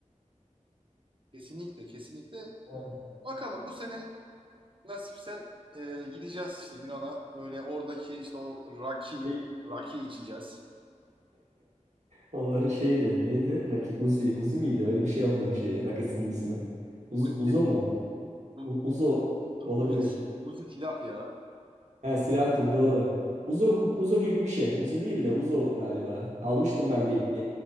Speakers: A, on the right; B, on the right.
A: Kesinlikle, kesinlikle.
B: Evet.
A: Bakalım bu sene nasipse e, gideceğiz işte Yunan'a. Öyle oradaki işte o raki
B: Şey-
A: raki içeceğiz.
B: Onların şeydi, neydi? Raki, Uzi, Uzi miydi? Öyle bir şey onların şeyi, rakısının ismi. Uz,
A: Uzi,
B: Uzo mu?
A: u,
B: U- Uzo olabilir.
A: Uzi, Uzi silah ya.
B: Ha, silahtır doğru. Uzo, Uzo gibi bir şey. Uzi değil de Uzo galiba. Almıştım ben bir